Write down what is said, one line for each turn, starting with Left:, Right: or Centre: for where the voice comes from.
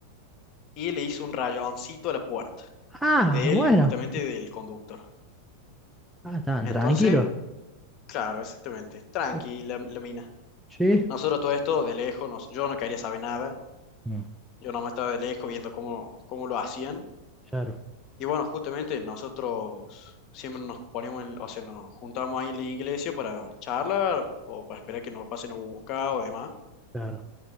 Left: y le hizo un rayoncito a la puerta
Centre: Ah,
Left: del,
Centre: bueno.
Left: justamente del conductor.
Centre: Ah, estaban
Left: Entonces,
Centre: tranquilos.
Left: claro, exactamente, tranqui
Centre: Uh,
Left: la, la mina.
Centre: sí.
Left: Nosotros todo esto de lejos, nos- yo no quería saber nada,
Centre: Mm,
Left: yo nomás estaba de lejos viendo cómo, cómo lo hacían.
Centre: Claro,
Left: Y bueno, justamente nosotros siempre nos poníamos, en- o sea, nos juntábamos ahí en la iglesia para charlar o para esperar que nos pasen a buscar o demás.
Centre: claro,